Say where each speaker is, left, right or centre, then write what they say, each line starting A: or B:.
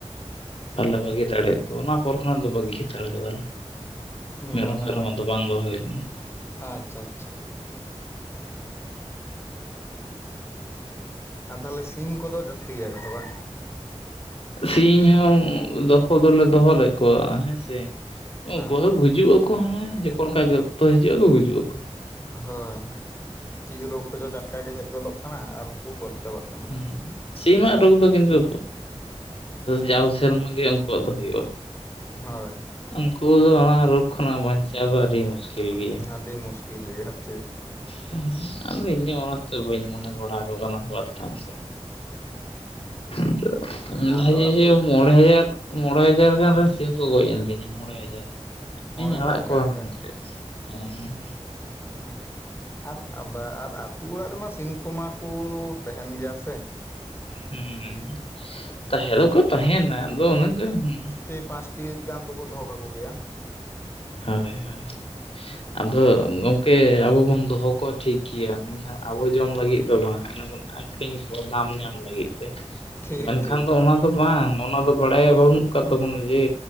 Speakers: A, on the left (about 60°); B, on the left (about 20°).
A: ᱵᱟᱞᱮ ᱵᱷᱟᱹᱜᱤ ᱫᱟᱲᱮᱭᱟᱜ ᱠᱚᱣᱟ ᱚᱱᱟ ᱯᱚᱨ ᱠᱷᱚᱱᱟᱜ ᱫᱚ ᱵᱟᱹᱜᱤ ᱦᱟᱛᱟᱲ ᱠᱟᱫᱟᱞᱮ ᱢᱮᱨᱚᱢ
B: ᱢᱟᱱᱮ
A: ᱯᱷᱮᱨᱚᱢ ᱟᱫᱚ ᱵᱟᱝ ᱫᱚᱦᱚ ᱦᱩᱭ ᱞᱮᱱᱟ
B: ᱟᱪᱪᱷᱟ ᱟᱪᱪᱷᱟ ᱟᱨ ᱛᱟᱦᱞᱮ ᱥᱤᱢ ᱠᱚᱫᱚ ᱡᱟᱹᱥᱛᱤ ᱜᱮᱭᱟ ᱠᱚᱛᱚ ᱵᱟᱝ
A: ᱥᱤᱧ ᱦᱚᱸ ᱫᱚᱦᱚ ᱫᱚᱞᱮ ᱫᱚᱦᱚ ᱞᱮᱫ ᱠᱚᱣᱟ ᱦᱮᱸᱥᱮ ᱩᱱᱠᱩ
B: ᱦᱮᱸ
A: ᱦᱚᱸ ᱜᱩᱡᱩᱜ ᱟᱠᱚ ᱦᱟᱱᱮ ᱡᱚᱠᱚᱚᱱ ᱚᱱᱠᱟᱜ ᱜᱮ ᱚᱠᱛᱚ ᱦᱤᱡᱩᱜᱼᱟ ᱟᱠᱚ ᱜᱩᱡᱩᱜ ᱟᱠᱚ
B: ᱦᱳᱭ ᱪᱮᱫ ᱨᱳᱜᱽ ᱠᱚᱪᱚ ᱡᱟᱴᱠᱟᱜ ᱜᱮ ᱦᱮᱡ ᱜᱚᱫᱚᱜ ᱠᱟᱱᱟ ᱟᱨᱠᱚ ᱜᱚᱡ ᱪᱟᱵᱟᱜ ᱠᱟᱱᱟ
A: ᱦᱮᱸ ᱥᱤᱢᱟᱜ ᱨᱳᱜᱽ ᱫᱚ ᱠᱤᱱᱛᱩ ᱡᱟᱣ ᱥᱮᱨᱢᱟ ᱜᱮ ᱩᱱᱠᱩᱣᱟᱜ ᱫᱚ ᱦᱩᱭᱩᱜᱼᱟ
B: ᱦᱳᱭ
A: ᱩᱱᱠᱩ ᱫᱚ ᱚᱱᱟ ᱨᱳᱜᱷ ᱠᱷᱚᱱᱟᱜ ᱵᱟᱧᱪᱟᱣ ᱫᱚ ᱟᱹᱰᱤ ᱢᱩᱥᱠᱤᱞ ᱜᱮᱭᱟ
B: ᱟᱹᱰᱤ ᱢᱩᱥᱠᱤᱞ ᱜᱮᱭᱟ ᱦᱟᱜ
A: ᱦᱮᱸ ᱟᱫᱚ ᱤᱧᱟᱹᱜ ᱚᱱᱟᱛᱮ ᱵᱟᱹᱧ ᱢᱚᱱᱮ ᱵᱟᱲᱟᱠᱚ ᱠᱟᱱᱟ ᱵᱟᱴᱟᱱ ᱥᱮᱫ <inaudible>
B: ᱟᱫᱚ ᱟᱹᱛᱩ
A: ᱡᱮ ᱢᱚᱬᱮ ᱦᱟᱡᱟᱨ, ᱢᱚᱬᱮ ᱦᱟᱡᱟᱨ ᱜᱟᱱ ᱨᱮᱱ ᱥᱤᱢ ᱠᱚ ᱜᱚᱡ ᱮᱱ ᱛᱤᱧᱟ ᱢᱚᱬᱮ ᱦᱟᱡᱟᱨ᱾
B: ᱢᱚᱬᱮ
A: ᱤᱧ ᱟᱲᱟᱜ
B: ᱦᱟᱡᱟᱨ
A: ᱠᱚᱣᱟ
B: ᱜᱟᱱ
A: ᱢᱮᱱᱛᱮᱫ
B: ᱨᱮᱱ
A: ᱦᱮᱸ,
B: ᱢᱟ ᱪᱮᱫ, ᱟᱨᱟᱜ ᱟᱫ ᱟᱨ ᱟᱹᱛᱩ ᱚᱲᱟᱜ ᱨᱮᱢᱟ ᱥᱤᱢ ᱠᱚᱢᱟ ᱠᱚ ᱛᱟᱦᱮᱸᱱ ᱜᱮᱭᱟ ᱥᱮ?
A: ᱦᱩᱸ ᱛᱟ ᱦᱮᱨᱳ ᱠᱚ ᱛᱟᱦᱮᱸᱱᱟ, ᱟᱫᱚ ᱚᱱᱮ ᱚᱸᱠᱟ ᱦᱩᱸ
B: ᱛᱮ ᱯᱟᱸᱪ ᱴᱤ ᱜᱟᱱ ᱫᱚᱠᱚ ᱫᱚᱦᱚ ᱠᱟᱠᱚ ᱜᱮᱭᱟ᱾
A: ᱦᱳᱭ ᱦᱳᱭ ᱦᱚᱭ᱾ ᱟᱫᱚᱻᱜ ᱜᱚᱝᱠᱮ ᱟᱵᱚ ᱵᱚᱱ ᱫᱚᱦᱚ ᱠᱚᱣᱟ ᱴᱷᱤᱠ ᱜᱮᱭᱟ, ᱟ ᱟᱵᱚ ᱡᱚᱢ ᱞᱟᱹᱜᱤᱫ ᱫᱚ ᱵᱟᱝᱼᱟ, ᱚᱱᱮ ᱵᱚᱱ ᱟᱠ- ᱠᱷᱨᱤᱧ ᱠᱚᱣᱟ ᱫᱟᱢ ᱧᱟᱢ ᱞᱟᱹᱜᱤᱫ ᱛᱮ,
B: ᱴᱷᱤᱠ
A: ᱢᱮᱱᱠᱷᱟᱱ
B: ᱴᱷᱤᱠ
A: ᱫᱚ ᱚᱱᱟ- ᱫᱚ ᱵᱟᱝ, ᱚᱱᱟ ᱫᱚ ᱵᱟᱲᱟᱭᱟ ᱵᱟᱹᱱᱩᱜ ᱟᱠᱟᱫ ᱛᱟᱵᱚᱱᱟ ᱡᱮ,